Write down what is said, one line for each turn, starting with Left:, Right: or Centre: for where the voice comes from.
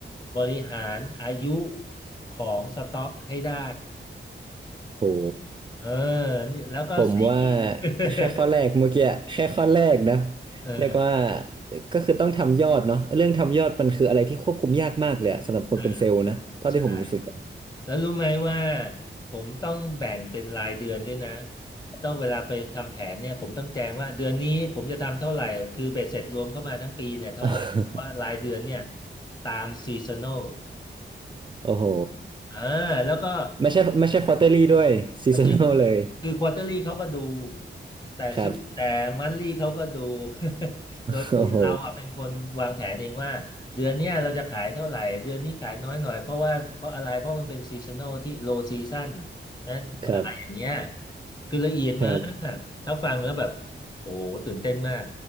Left: บริหารอายุของสต็อกให้ได้
Right: โห
Left: เออนี่แล้วก็สี่
Right: ผมว่า
Left: <laughs>
Right: แค่ข้อแรกเมื่อกี้แค่ข้อแรกนะ
Left: เออ
Right: เรียกว่าก็คือต้องทำยอดเนาะเรื่องทำยอดมันคืออะไรที่ควบคุมยากมากเลยอะสำหรับคนเป็นเซลล์นะเท่าที่ผมรู้สึกอะ
Left: อ่าใช่แล้วรู้ไหมว่าผมต้องแบ่งเป็นรายเดือนด้วยนะต้องเวลาไปทำแผนเนี่ยผมต้องแจ้งว่าเดือนนี้ผมจะทำเท่าไหร่คือเบ็ดเสร็จรวมเข้ามาทั้งปีเนี่ยเท่าไหร่เพราะว่ารายเดือนเนี่ย
Right: <laughs>
Left: ตามซีซันอล
Right: โอ้โห
Left: อ่าแล้วก็
Right: ไม่ใช่ไม่ใช่ควอเตอรี่ด้วยซีซันอลเลย
Left: ไม่ใช่คือควอเตอรี่เขาก็ดู แต่ซิแต่มันลี่เขาก็ดู
Right: ครับ
Left: <laughs> โดยที่เราอ่ะเป็นคนวางแผนเองว่าเดือนเนี้ยเราจะขายเท่าไหร่
Right: โอ้โห
Left: เดือนนี้ขายน้อยหน่อยเพราะว่าเพราะอะไร เพราะมันเป็นซีซันอลที่โลซีซั o นนั้นอะไรอย่างเงี้ย
Right: ครับ
Left: คือละเอียดมาก
Right: ครับ
Left: ถ้าฟังแล้วแบบ โอ้โหตื่นเต้นมาก